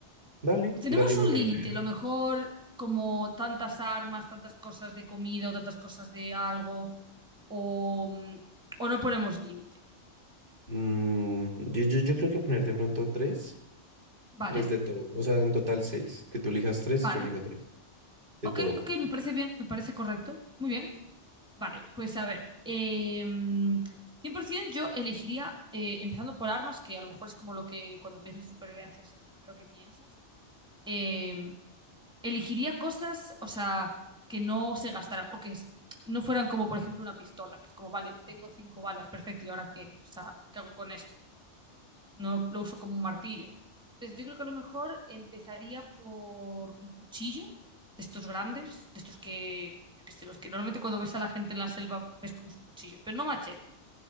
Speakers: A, on the right; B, in the centre.
A: dale,
B: Tenemos
A: dale, me
B: un
A: parece
B: límite,
A: bien.
B: a lo mejor como tantas armas, tantas cosas de comida o tantas cosas de algo, o, mm, o no ponemos límite.
A: Mm, yo, yo, yo creo que poner de pronto tres,
B: ¿Vale?
A: tres de todo. O sea, en total seis. Que tú elijas tres
B: Vale.
A: y yo elijo tres. De
B: Ok,
A: todo.
B: ok, me parece bien, me parece correcto. Muy bien. Vale, pues a ver, eh, cien por 100% yo elegiría, eh, empezando por armas, que a lo mejor es como lo que cuando piensas en supervivencia es en lo primero que piensas. Eh, elegiría cosas, o sea, que no se gastaran o que s- no fueran como, por ejemplo, una pistola, que es como, vale, tengo cinco balas, perfecto, ¿y ahora qué? O sea, ¿qué hago con esto? No lo uso como un martillo. Entonces, yo creo que a lo mejor empezaría por un cuchillo de estos grandes, de estos que, yo qué sé, los que normalmente cuando ves a la gente en la selva ves con esos cuchillos, pero no machete.